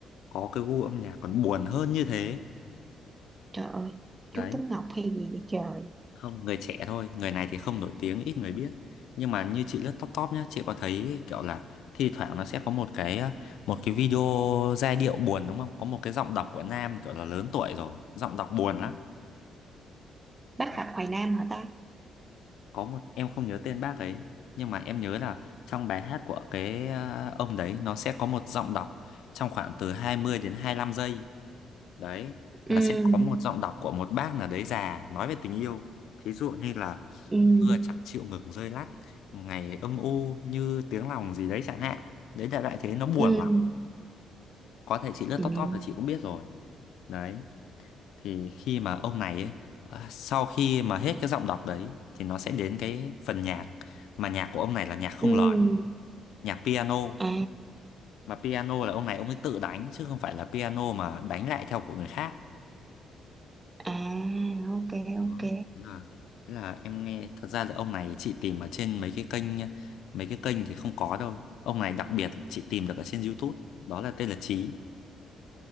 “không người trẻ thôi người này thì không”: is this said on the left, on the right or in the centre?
Left